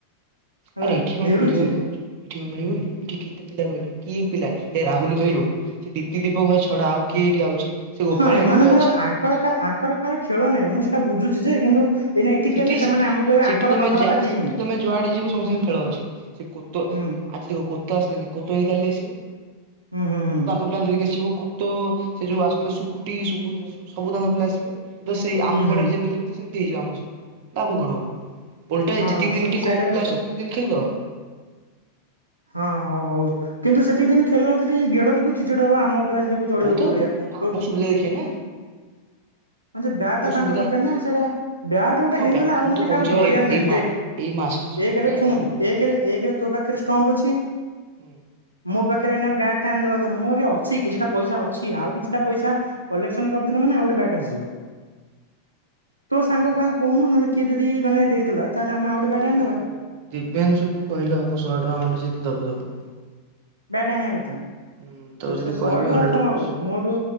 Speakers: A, on the right; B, on the right.
A: ହେଲା
B: ଆରେ ଏଠି କଣ
A: ମିଳୁଛି
B: ମିଳିବନି ଭାବୁଚୁ ଏଠି କଣ ମିଳିବନି ଏଠି କେତେ ପିଲା କହିଲ? କି ପିଲା ଏ ରାହୁଲ ଖେଳିବ ସେ ଦୀପତି ଦୀପକ ଛଡା ଆଉ କିଏ ଏଇଠି ଆଉଚି? ସେ ଗୋପାଳ
A: ହଁ ଏମାନଙ୍କର
B: ଭାଇ ଗୋଟେ ଅଛି
A: ଆଙ୍କର କାଁ ଆଙ୍କର କାହାର ଖେଳ ନାହିଁ ମୁଁ ସେଇଟା ବୁଝୁଚିଯେ କିନ୍ତୁ ଏଇନା ଏଠି
B: ସିଟି
A: ଖେଳିଲେ ସେମାନେ
B: ସିଠି
A: ଆମକୁ କହିବେ
B: ସିଠି
A: ଆଙ୍କର
B: ତମେ
A: କଥାବାର୍ତ୍ତା
B: ଯା
A: ଠିକ
B: ସିଟି
A: ନାହିଁ
B: ତମେ ଯୁଆଡେ ଯିବ ସମସ୍ତଙ୍କ ଖେଳ ଅଛି ସେ କୋତ
A: ହୁଁ
B: ଆଜି ଦେଖ କୋତ ଆସିଲାନି କୋତ ବି କାଲି ଆସିବ।
A: ହୁଁ ହୁଁ ହୁଁ।
B: ପିଲା ଧରିକି ଆସିବ କୋତ ସେ ଯୋଉ ଆସୁଥିଲେ ସୁକୁଟି ସୁକୁତ ସବୁ ତାଙ୍କ ପିଲା ଆସିବେ ତ ସେଇ
A: ହୁଁ
B: ଆମ
A: ହୁଁ
B: ପଡିଆରେ ଯେମିତି ଖେଳୁଥିଲେ ସେମିତି ହେଇଯିବ ଆମ ସହ ଲାଭ କଣ ହବ। ପୋଟା
A: ହଁ
B: ଏ ଯେତିକ
A: ସେ
B: ଦିନ ଟିକ
A: ସେଇଟା
B: କମ୍
A: ବି
B: ପ୍ଲା
A: ସତ
B: ଆସୁ
A: କଥା
B: ସେତିକ ଦିନ ଖେଳିବା।
A: ହଁ ହଁ ହଉ କିନ୍ତୁ ସେତିକି ଦିନ ଖେଳିଲା ଭିତରେ ଏ ଗେଡ ଦେଖିବୁ ଚିଡି ଚିଡି ହବ ଆମ ଉପରେ ଆସିକି ଦେଖ୍ ଚଳିବ
B: ହଉଥାଉ
A: କୋଉ ଭଳିଆ ହ
B: ଆରେ ଆମ ସୁବିଧା ଦେଖିବା ନା।
A: ହଁ ଯେ ବ୍ୟାଟ୍
B: ଆମ
A: ଟା
B: ସୁବିଧା
A: ତାଙ୍କ ପାଖରେ ନା ସେଇଟା ବ୍ୟାଟ ଗୋଟେ
B: ହଁ
A: ହେଇଗଲା
B: ବ୍ୟା
A: ଆଉ
B: ମୁଁ
A: ମାନେ
B: ତ କହୁଛି
A: କାହାକୁ ଡରିଆର
B: ନା ଏଇ
A: ନାଇଁ
B: ମା
A: ଦେଖେ
B: ଏଇ ମାସ ଶେଷକୁ
A: ଏକ
B: ଗୋଟେ
A: ରେ
B: ବ୍ୟାଟ୍
A: ଶୁଣୁ
B: କିଣା ହବ।
A: ଏକରେ ଏକ ରେ ତୋ ପାଖରେ ଷ୍ଟମ୍ପ ଅଛି।
B: ହୁଁ
A: ମୋ ପାଖରେ ଏଇନେ ବ୍ୟାଟ୍ ଟା ଆଣିଦବା ଧର ମୋ ପାଖରେ ଅଛି କିଛିଟା ପଇସା ଅଛି ଆଉ କିଛିଟା ପଇସା କଲେକ୍ସନ୍ କରିଦେଲା ମାନେ ଆଉ ଗୋଟେ ବ୍ୟାଟ୍ ଆସିଯିବ। ତୋ ସାଙ୍ଗ
B: ହୁଁ
A: କାହାକୁ କହୁନୁ ନହେଲେ କିଏ ଯଦି ମାନେ ଦେଇଦେଲା। ତାହେଲେ ଆମେ ଆଉ ଗୋଟେ
B: କିଏ
A: ବ୍ୟାଟ୍
B: ଦବ
A: ଆଣିଦବା
B: କହିଲ ଦିବ୍ୟାଂଶୁ କୁ କହିଲେ ହବ ଶହେ ଟଙ୍କା ଖଣ୍ଡେ ଯଦି ଦବ ଦବ।
A: ବ୍ୟାଟ୍ ଆଣିବା କଥା।
B: ହୁଁ ତାକୁ
A: ଆଚ୍ଛା
B: ଯଦି
A: ଶହେ
B: କହିବି
A: ଟଙ୍କାରେ
B: ହଣ୍ଡ୍ରେଡ
A: କଣ
B: ରୁପିସ୍
A: ହବ ମୋର